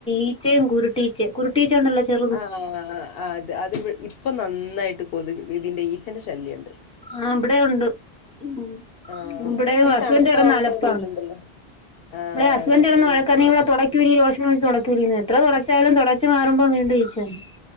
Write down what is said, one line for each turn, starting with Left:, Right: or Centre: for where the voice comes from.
Centre: ഈച്ചയും കുരുട്ടീച്ചെ കുരുട്ടീച്ച ഉണ്ടല്ലോ ചെറുത്
Left: ആ അ അത് ഇപ്പൊ നന്നായിട്ട് കൊതു ഇതിന്റെ ഈച്ചന്റെ ശല്യുണ്ട്
Centre: ആ വിടെ ഉണ്ട് ഉം
Left: ആഹ്
Centre: ഇവിടെ
Left: ഇപ്പൊ
Centre: ഹസ്ബൻറ്
Left: ഈ തണുപ്പാവുമ്പോ
Centre: എടനലപ്പ
Left: തോന്നുന്നുണ്ടല്ലോ ആഹ്
Centre: ഇവിടെ ഹസ്ബൻറ്
Left: അതെ
Centre: ഇടന്ന്
Left: ഉം
Centre: വഴക്കാ നീടെ തുടക്കി <unintelligible> തുടക്കൂലേ എത്ര തുടച്ചാലും തുടച്ച മാറുമ്പോം വീണ്ടും ഈച്ചന്നെ